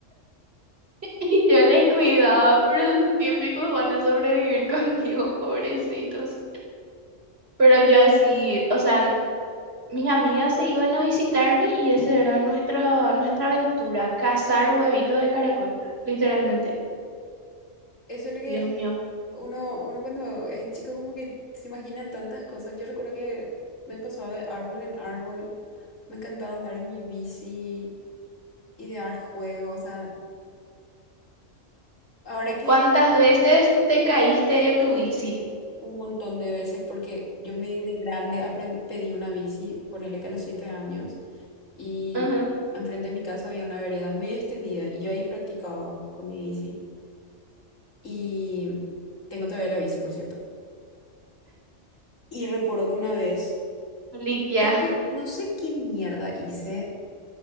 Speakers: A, on the right (about 50°); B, on the left (about 80°).
A: <laughs> Y yo le cuidaba, pero es que picos van a sobrevivir conmigo, <laughs> pobrecitos. Pero yo así, o sea, mis amigas se iban a visitarme y esa era nuestra, nuestra aventura, cazar huevitos de caracol, literalmente.
B: Eso es lo que
A: Dios mío,
B: Uno, uno cuando es chico como que se imagina tantas cosas. Yo recuerdo que me pasaba de árbol en árbol, me encantaba andar en mi bici, idear juegos, o sea, ahora que
A: ¿cuántas veces te caíste de tu bici?
B: un montón de veces, porque yo medio de grande apren- pedí una bici, ponele que a los siete años, y
A: Ajá,
B: enfrente de mi casa había una vereda muy extendida y yo ahí practicaba con mi bici. Y tengo todavía la bici, por cierto. Y recuerdo que una vez,
A: Liquia.
B: sé que, no sé qué mierda hice.